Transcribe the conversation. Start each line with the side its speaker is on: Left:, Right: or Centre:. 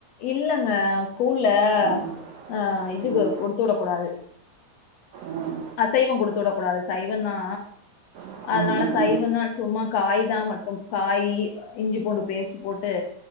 Left: இல்லங்க ஸ்கூல்ல
Right: ம்
Left: அ இது
Right: ம்
Left: குடுத்து விடக் கூடாது
Right: ம் ம்
Left: அசைவோ குடுத்து வுடக் கூடாது சைவந்தா
Right: ம்
Left: அதுனால
Right: ம் ம் ம் ம் ம் ம் ம் ம் ம்
Left: சைவந்தா சும்மா காய் தா மட்டுதா காய்யி இஞ்சி பூண்டு பேஸ்ட் போட்டு